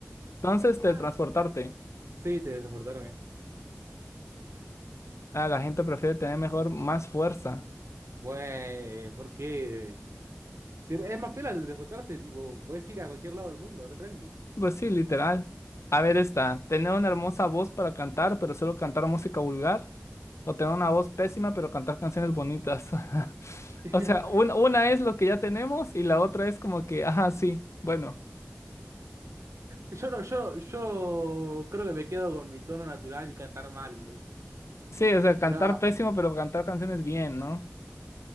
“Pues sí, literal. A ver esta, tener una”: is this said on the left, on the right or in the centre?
Left